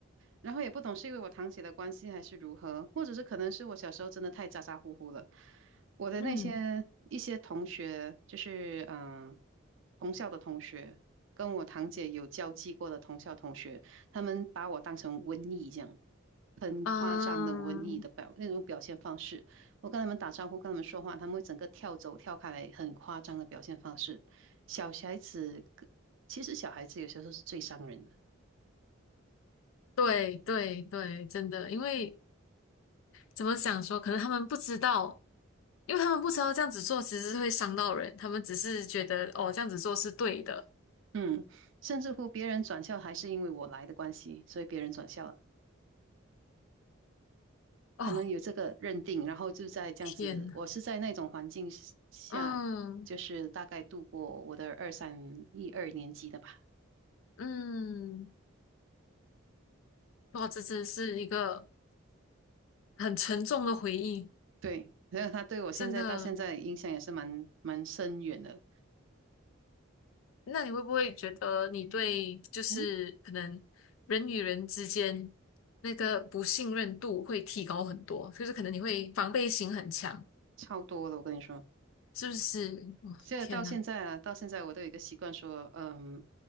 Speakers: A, on the right (about 60°); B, on the left (about 70°).
A: 然后也不懂是因为我堂姐的关系还是如何，或者是可能是我小时候真的太咋咋呼呼了。我的那些一些同学，
B: 嗯。
A: 就是嗯、呃同校的同学，跟我堂姐有交际过的同校同学，他们把我当成瘟疫这样，很夸张的瘟疫的表那种表现方式。
B: 啊，
A: 我跟他们打招呼，跟他们说话，他们会整个跳走跳开来，很夸张的表现方式。小孩子。其实小孩子有些时候是最伤人的，
B: 对对对，真的，因为怎么想说，可能他们不知道，因为他们不知道这样子做其实是会伤到人，他们只是觉得哦，这样子做是对的。
A: 嗯，甚至乎别人转校还是因为我来的关系，所以别人转校了，
B: 哦，
A: 他们有这个认定，然后就在这样子，
B: 天呐，
A: 我是在那种环境下，
B: 嗯
A: 就是大概度过我的二三一二年级的吧，
B: 嗯，哇，这真是一个很沉重的回忆，
A: 对，然后他对我现在到现在影响也是蛮蛮深远的，
B: 真的。那你会不会觉得你对就是可能人与人之间
A: 嗯，
B: 那个不信任度会提高很多，就是可能你会防备心很强？
A: 超多了，我跟你说。
B: 是不是？哇、
A: 这到现在啊，
B: 天呐，
A: 到现在我都有一个习惯说，嗯，